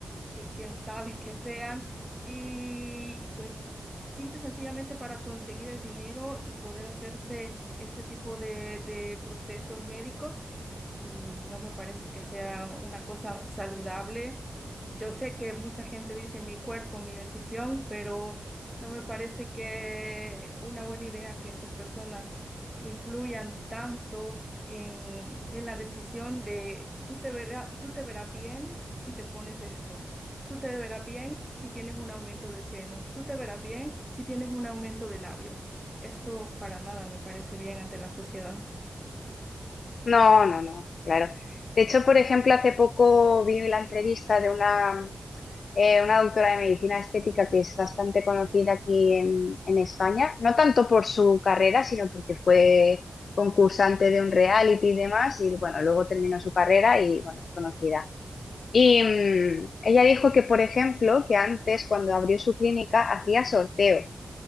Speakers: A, in the centre; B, on the left (about 85°).
A: que quién sabe que sean, y, y pues simple y sencillamente para conseguir el dinero y poder hacerse este tipo de, de procesos médicos, y no me parece que sea una cosa saludable. Yo sé que mucha gente dice mi cuerpo, mi decisión, pero no me parece que una buena idea que estas personas influyan tanto en, en la decisión de tú te verás, tú te verás bien si te pones esto. Tú te verás bien si tienes un aumento de senos. Tú te verás bien si tienes un aumento de labios. Esto para nada me parece bien ante la sociedad.
B: No, no, no, claro. De hecho, por ejemplo, hace poco vi la entrevista de una, eh, una doctora de medicina estética que es bastante conocida aquí en, en España, no tanto por su carrera, sino porque fue concursante de un reality y demás, y bueno, luego terminó su carrera y bueno, es conocida. Y mm, ella dijo que, por ejemplo, que antes cuando abrió su clínica hacía sorteos,